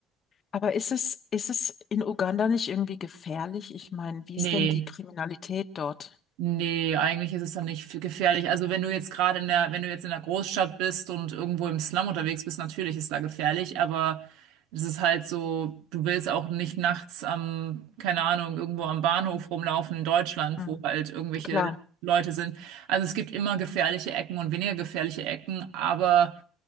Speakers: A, on the left (about 35°); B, on the right (about 75°).
A: Aber ist es, ist es in Uganda nicht irgendwie gefährlich? Ich meine, wie
B: Nee.
A: ist denn die Kriminalität dort?
B: Nee, eigentlich ist es dann nicht f- gefährlich. Also wenn du jetzt gerade in der, wenn du jetzt in der Großstadt bist und irgendwo im Slum unterwegs bist, natürlich ist da gefährlich, aber es ist halt so, du willst auch nicht nachts am, keine Ahnung, irgendwo am Bahnhof rumlaufen in Deutschland,
A: Mhm.
B: wo halt irgendwelche
A: Klar.
B: Leute sind. Also es gibt immer gefährliche Ecken und weniger gefährliche Ecken, aber